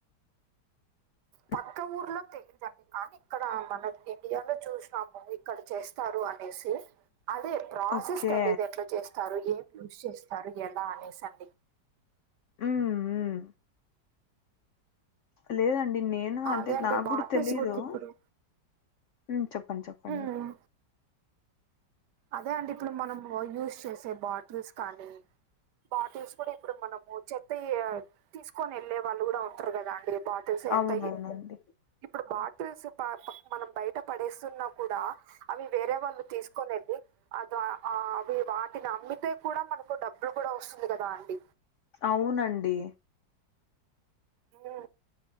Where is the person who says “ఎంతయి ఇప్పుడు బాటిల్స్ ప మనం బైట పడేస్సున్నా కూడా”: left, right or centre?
Right